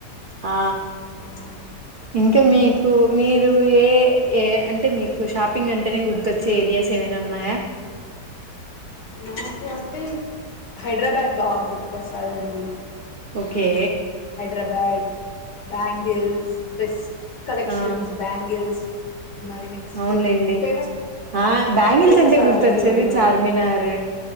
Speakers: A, on the right; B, on the left.
A: ఆ ఆ
B: <inaudible>
A: ఇంకా మీకు మీరు ఏ ఏ అంటే మీకు షాపింగ్ అంటేనే గుర్తొచ్చే ఏరియాస్ ఏమైనా ఉన్నాయా
B: నాకు అంటే హైడ్రాబాడ్ బాగా గుర్తుకొస్తాదండి
A: ఓకే
B: హైడ్రాబ్యాడ్ బ్యాంగిల్స్ బెస్ట్ కలెక్షన్స్
A: ఆ
B: బ్యాంగిల్స్ మరి నెక్స్ట్
A: అవునులేండి
B: ఫేమస్
A: ఆ బ్యాంగిల్స్
B: ప్లేసెస్
A: అంటే గుర్తొచ్చేది
B: బెంగళూరులో
A: చార్మినార్